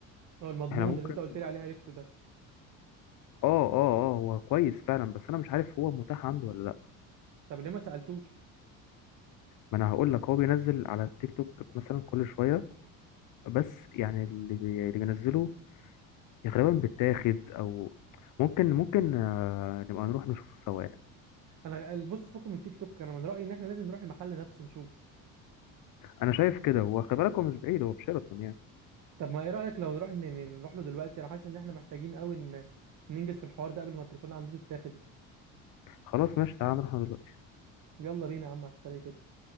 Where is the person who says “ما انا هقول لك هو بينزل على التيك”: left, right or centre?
Left